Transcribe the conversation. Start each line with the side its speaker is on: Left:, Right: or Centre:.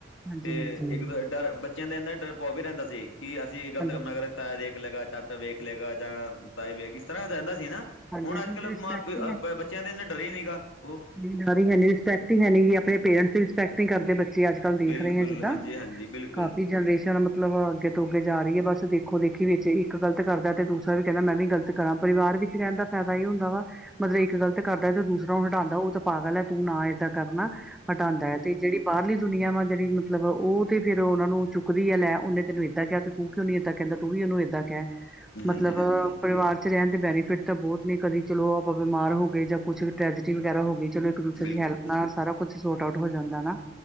Centre: ਹਾਂਜੀ
Left: ਤੇ
Centre: ਹਾਂਜੀ
Left: ਇੱਕ ਦੋ ਡਰ ਬੱਚਿਆਂ ਦੇ ਇੰਦਾ ਡਰ ਪਾ ਵੀ ਰਹਿੰਦਾ ਸੀ। ਕਿ ਅਸੀਂ ਗ਼ਲਤ
Centre: ਹੈਲੋ
Left: ਕੰਮ ਨਾ ਕਰੇ ਤਾਇਆ ਦੇਖ ਲਏਗਾ ਚਾ ਤ ਵੇਖ ਲਏਗਾ ਜਾਂ ਤਏ ਵੇਖ ਇਸ ਤਰ੍ਹਾਂ ਰਹਿੰਦਾ ਸੀ ਨਾ
Centre: ਹਾਂਜੀ
Left: ਹੁਣ
Centre: ਹਾਂਜੀ
Left: ਅੱਜ ਕੱਲ੍ਹ
Centre: ਰਿਸਪੈਕਟ
Left: ਮਾਪੇ ਬੱਚਿਆਂ ਦੇ ਇਨਾ ਡਰੇ ਹੀ ਨੀ ਗਾ ਉਹ
Centre: ਜਿਹਦੀ ਜਨਾਨੀ ਹੈ ਨਹੀਂ ਰਿਸਪੈਕਟ ਹੀ ਹੈਨੀ ਆਪਣੇ ਪੇਰੈਂਟਸ ਦੀ ਰਿਸਪੈਕਟ ਹੀ ਕਰਦੇ ਬੱਚੇ। ਸੀਂ ਅੱਜ ਕੱਲ ਦੇਖ
Left: ਬਿਲਕੁਲ
Centre: ਰਹੇ ਹ ਜਿੱਦਾਂ
Left: ਹਾਂਜੀ-ਹਾਂਜੀ ਬਿਲਕੁਲ
Centre: ਕਾਫ਼ੀ ਜਨਰੇਸ਼ਨ ਮਤਲਬ ਅੱਗੇ ਤੋਂ ਅੱਗੇ ਜਾ ਰਹੀ ਹੈ ਬਸ ਦੇਖੋ ਦੇਖੀ ਵਿੱਚ ਇੱਕ ਗਲਤ ਕਰਦਾ ਤੇ ਦੂਸਰਾ ਵੀ ਕਹਿੰਦਾ ਮੈਂ ਵੀ ਗਲਤ ਕਰਾਂ ਪਰਿਵਾਰ ਵਿੱਚ ਰਹਿਣ ਦਾ ਫਾਇਦਾ ਇਹੀ ਹੁੰਦਾ ਵਾ ਮਤਲਬ ਇੱਕ ਗਲਤ ਕਰਦਾ ਤੇ ਦੂਸਰਾ ਨੂੰ ਹਟਾਉਂਦਾ ਉਹ ਤਾਂ ਪਾਗਲ ਹੈ ਤੂੰ ਨਾ ਏਦਾਂ ਕਰ ਨਾ ਹਟਾਉਂਦਾ ਹੈ ਤੇ ਜਿਹੜੀ ਬਾਹਰਲੀ ਦੁਨੀਆਂ ਵਾ ਜਿਹੜੀ ਮਤਲਬ ਉਹ ਤੇ ਫੇਰ ਉਹਨਾ ਨੂੰ ਚੁੱਕਦੀ ਹੈ ਲੈ ਉਹਨੇ ਤੈਨੂੰ ਏਦਾਂ ਕਿਹਾ। ਤੂੰ ਕਿਉ ਨੀਂ ਉਹਨੂੰ ਏਦਾਂ ਕਹਿੰਦਾ ਤੂੰ ਵੀ ਉਹਨੂੰ ਏਦਾਂ ਕਹਿ
Left: ਹਾਂਜੀ-ਹਾਂਜੀ-ਹਾਂਜੀ
Centre: ਮਤਲਬ ਪਰਿਵਾਰ ਚ ਰਹਿਣ ਦੇ ਬੈਨੀਫਿਟ ਤਾਂ ਬਹੁਤ ਨੇ ਕਦੀ ਚਲੋ ਆਪਾਂ ਬਿਮਾਰ ਹੋ ਗਏ ਜਾਂ ਕੁੱਛ ਟਰੈਜਟੀ ਵਗੈਰਾ ਹੋ ਗਈ ਚਲੋ ਇੱਕ ਦੂਸਰੇ
Left: ਬਿਲਕੁਲ
Centre: ਦੀ ਹੈਲਪ ਨਾਲ ਸਾਰਾ ਕੁੱਛ ਸੋਟ ਆਊਟ ਹੋ ਜਾਂਦਾ ਨਾ।